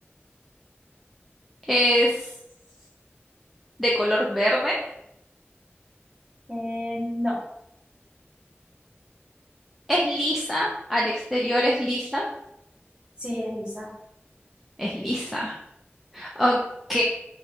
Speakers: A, in the centre; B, on the right.
A: ¿Es de color verde?
B: Eh, no,
A: ¿Es lisa? ¿Al exterior es lisa?
B: sí, es lisa.
A: Es lisa. Ok.